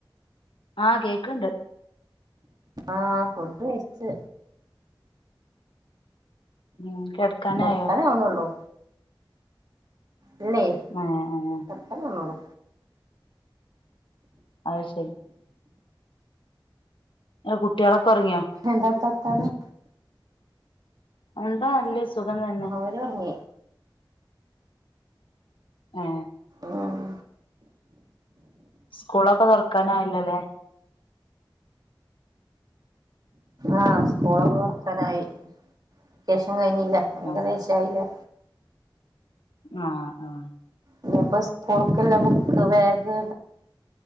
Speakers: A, on the left; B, on the right.
A: ആഹ് കേക്ക്ണ്ട്
B: ആഹ് ഫുഡ് കയിച്ച്
A: ഉം കിടക്കാനായോ
B: കെടക്കാനാവ്ണൊള്ളൂ ഇല്ലേ
A: ആഹ് ആഹ്
B: കെടക്കാനാവ്ണൊള്ളു
A: അയ്ശെരി ങ്ങളെകുട്ടികളൊക്കെ ഒറങ്ങിയോ
B: എന്താപ്പ വർത്താനം
A: എന്താ നല്ലസുഖം തന്നെ.
B: ഓല് ഒറങ്ങി.
A: ഏ
B: ഉം
A: സ്കൂളൊക്കെ തൊറക്കാനായല്ലോല്ലേ
B: ആ സ്കൂളൊക്കെ തൊറക്കാനായി വെക്കേഷൻ കഴിഞ്ഞിലേ ഏകദേശായില്ലേ
A: ആഹ് ആ ആ
B: ഇനിയിപ്പ സ്കൂൾക്കുള്ള ബുക്ക് ബാഗ്